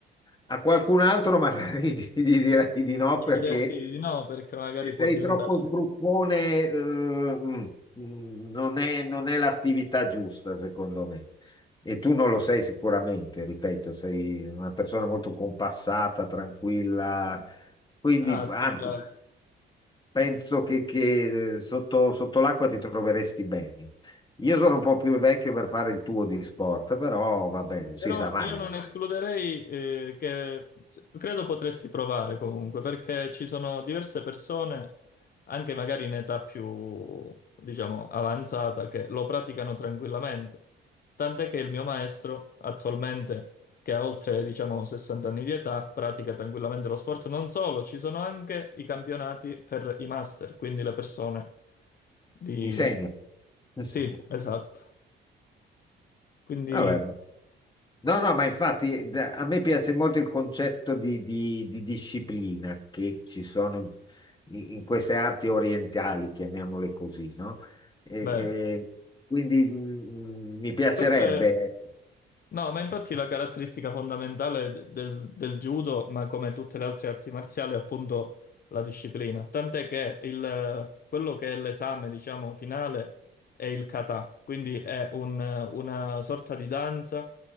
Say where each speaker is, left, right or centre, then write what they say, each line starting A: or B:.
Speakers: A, on the left; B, on the left.
A: a qualcun altro magari <laughs> gli direi di no
B: Gli
A: perché
B: diresti di no perché magari
A: Se sei
B: può diventare...
A: troppo sbruffone, eh, mm, mm, non è, non è l'attività giusta, secondo me. E tu non lo sei sicuramente, ripeto, sei una persona molto compassata, tranquilla. Quindi,
B: Ah,
A: anzi,
B: tripla.
A: penso che, che, eh, sotto, sotto l'acqua ti troveresti bene. Io sono un po' più vecchio per fare il tuo di sport, però va bene,
B: Però
A: si sa mai.
B: io non escluderei, eh, che s- credo potresti provare comunque, perché ci sono diverse persone, anche magari in età più, diciamo, avanzata, che lo praticano tranquillamente. Tant'è che il mio maestro, attualmente, che ha oltre, diciamo, 60 anni di età, pratica tranquillamente lo sport. Non solo, ci sono anche i campionati per i master, quindi le persone di...
A: Mi segno. <laughs>
B: Sì, esatto. Quindi,
A: Vabbè, no. No, no, ma infatti da- a me piace molto il concetto di, di- di disciplina che ci sono in, in queste arti orientali, chiamiamole così, no? E- e
B: bene.
A: quindi mm, mm, mi piacerebbe.
B: Questo è...
A: ecco.
B: No, ma infatti la caratteristica fondamentale de- del, del judo, ma come tutte le altre arti marziali, è appunto la disciplina. Tant'è che il- quello che è l'esame, diciamo, finale è il kata, quindi è un- una sorta di danza